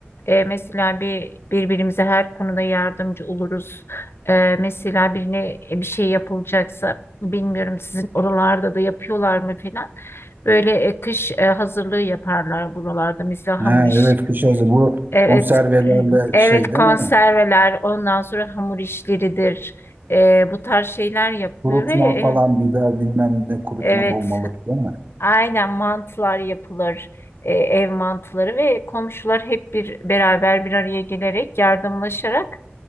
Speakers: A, on the left; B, on the right.
A: E, mesela bir birbirimize her konuda yardımcı oluruz. E, mesela birine e, bir şey yapılacaksa bilmiyorum sizin oralarda da yapıyorlar mı falan. Böyle e, kış e, hazırlığı yaparlar buralarda. Mesela
B: Ha,
A: hamur iş
B: evet kış hazır bu
A: Evet,
B: konservelerle
A: <clears throat> evet
B: şey değil
A: konserveler,
B: mi?
A: ondan sonra hamur işleridir. Ee, bu tarz şeyler yapılıyor
B: Kurutma
A: ve e,
B: falan biber bilmem ne kurutma
A: evet,
B: dolmalık değil mi?
A: aynen mantılar yapılır, Ee, ev mantıları ve komşular hep bir beraber bir araya gelerek yardımlaşarak